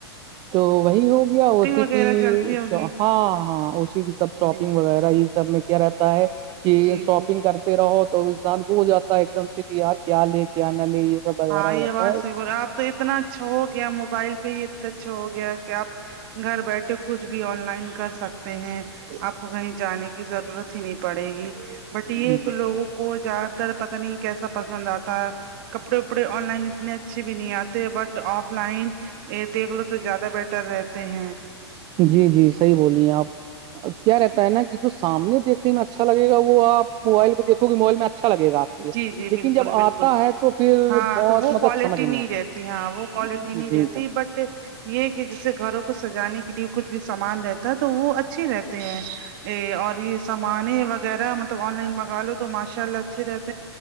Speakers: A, on the right; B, on the right.
A: تو وہی ہو گیا اوسی
B: وغیرہ
A: کی
B: چلتی ہوگی
A: ہاں ہاں اوسی کی سب شاپنگ
B: جی جی
A: وغیرہ یہ سب میں کیا رہتا ہے کہ
B: جی
A: شاپنگ
B: جی
A: کرتے رہو تو انسان کو ہو جاتا ہے ایک دم سے کہ یار کیا لے کیا نہ لے یہ سب وغیرہ
B: ہاں
A: ہو
B: یہ
A: رہتا
B: بات صحی بول رہے آپ تو اتنا اچھا ہو گیا موبائل پہ ہی اتنا اچھا ہو گیا کہ آپ گھر بیٹھے کچھ بھی آن لائن کر سکتے ہیں آپ کو کہیں جانے کی ضرورت ہی نہیں پڑے گی بٹ
A: ہے
B: یہ لوگوں کو زیادہ تر پتا نہیں کیسا پسند آتا ہے کپڑے وپڑے آن لائن اتنے اچھے بھی نہیں آتے بٹ آف لائن دیکھ لو تو زیادہ بیٹر رہتے ہیں
A: جی جی صحیح بولیے آپ کیا رہتا ہے نا کہ جو سامنے دیکنے اچھا لگ گا وہ آپ موبائل دیکھوں گے موائل میں اچھا لگے گا آپ کے
B: جی جی
A: لیکن
B: بالکل
A: جب
B: بالکل
A: آتا ہے تو پھر
B: ہاں
A: بہت
B: تو وہ
A: مطلب
B: کوالٹی
A: سمجھ
B: نہیں
A: آتا
B: رہتی ہاں وہ کوالٹی
A: جی
B: نہیں رہتی
A: جی
B: بٹ یہ کہ جیسے گھروں کو سجانے کے لیے کچھ بھی سامان رہتا ہے تو وہ اچھے رہتے ہیں ا اور یہ سامانے وغیرہ مطلب آن لائن منگا لو تو ماشاء اللہ اچھے رہتے